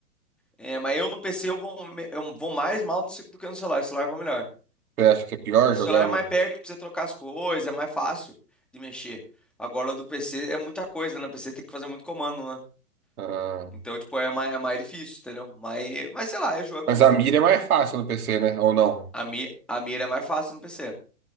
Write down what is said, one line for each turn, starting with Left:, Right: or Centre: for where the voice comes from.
Centre: É, mas eu no PC eu vou, me- eu vou mais mal no ce- do que no celular, o celular vai melhor.
Right: Você acha que é pior
Centre: O
Right: jogar
Centre: celular é
Right: no.
Centre: mais perto pra você trocar as coisas, é mais fácil de mexer. Agora do PC é muita coisa, né? O PC tem que fazer muito comando, né?
Right: Ah,
Centre: Então, tipo, é mais, é mais difícil, entendeu? Mas, mas sei lá, é jogo, é gosto
Right: mas a mira
Centre: também.
Right: é mais fácil no PC, né? Ou não?
Centre: A, mi, a mira é mais fácil no PC.